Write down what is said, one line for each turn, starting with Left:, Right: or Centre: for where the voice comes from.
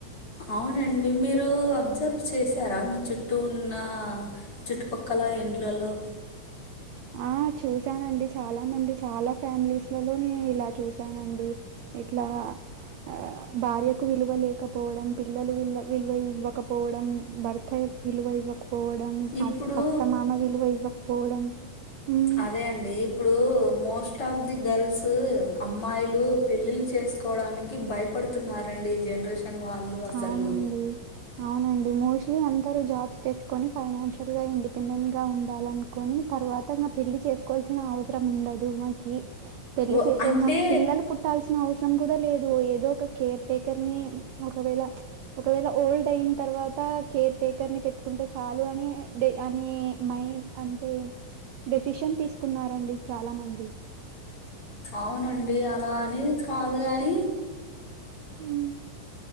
Left: అవునండి మీరూ అబ్జర్వ్ చేస్ సారా మేము చుట్టూ ఉన్నా చుట్పక్కల ఇండ్లలో
Right: ఆ చూసానండి చాలా మంది చాలా ఫ్యామిలీస్లలో నే ఇలా చూసానండి ఏట్లా ఆ భార్యకు విలువ లేకపోవడం పిల్లలు వి విలువ ఇవ్వకపోవడం భర్త విలువ ఇవ్వకపోవడం
Left: ఇప్పుడు
Right: అత్తమామ విలువ ఇవ్వకపోవడం ఉమ్,
Left: అదే అండి ఇప్పు డు మోస్ట్ ఆఫ్ ది గర్ల్స్ అమ్మాయిలు పెళ్ళిళ్ళ చేసుకోవడానికి భయప పడుతున్నారండి ఈ జనరేషన్ వాళ్ళు అసలు
Right: అవునండి అవునండి మోస్ట్లీ అందరుూ జాబ్స్ తెచ్చుకొని ఫైనాన్షియల్గాండిపెండెంట్ గా ఉండాలనినుకు కొని తర్వాత పెళ్ళి చేసుకోవాల్సిన అవసరం ఉండదు మాకి పెళ్ళి
Left: ఓ
Right: చేసే
Left: అంటే
Right: నాకు పిల్లలు పుట్టాల్సిన అవసరం కూడా లేదు ఏదో ఒక కేర్ టేకర్ ని ఒకవేళ ఒకవేళ ఓల్డ్ అయిన తర్వాత కేర్ టేకర్ని పెట్టుకుంటే చాలు అని డే అని మైం అంటే డెసిషన్ తీసుకున్నరండి చాలామంది
Left: అవునండి అలా అని కాదు గని
Right: హ్మ్